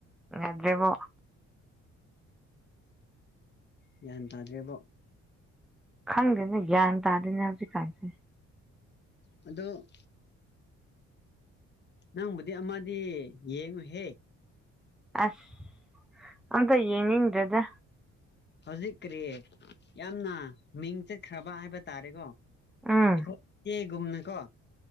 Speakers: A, in the centre; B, on the left.
A: ꯌꯥꯗ꯭ꯔꯦꯕꯣ꯫
B: ꯒ꯭ꯌꯥꯟ ꯇꯥꯗ꯭ꯔꯤꯕ꯫
A: ꯈꯪꯗꯦꯅꯦ ꯒ꯭ꯌꯥꯟ ꯇꯥꯗꯦꯅꯦ ꯍꯧꯖꯤꯛꯀꯥꯟꯁꯦ꯫
B: ꯑꯗꯣ ꯅꯪꯕꯨꯗꯤ ꯑꯃꯗꯤ ꯌꯦꯡꯉꯨꯍꯦ꯫
A: ꯑꯁ ꯑꯝꯇ ꯌꯦꯡꯅꯤꯡꯗ꯭ꯔꯦꯗ꯫
B: ꯍꯧꯖꯤꯛ ꯀꯔꯤ ꯌꯥꯝꯅ ꯃꯤꯡ ꯆꯠꯈ꯭ꯔꯕ ꯍꯥꯏꯕ ꯇꯥꯔꯦꯀꯣ꯫
A: ꯎꯝ
B: ꯏꯈꯣ ꯑꯦꯒꯨꯝꯅ ꯀꯣ꯫